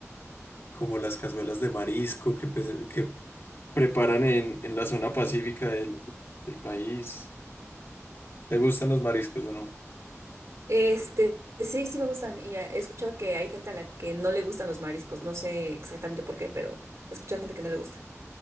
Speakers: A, on the left; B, on the right.
A: como las cazuelas de marisco que, pe- que preparan en, en la zona pacífica del, del país. ¿Te gustan los mariscos o no?
B: Este, sí, sí me gustan y eh, he escuchado que hay gente a la que no le gustan los mariscos, no sé exactamente por qué, pero he escuchado gente que no le gusta.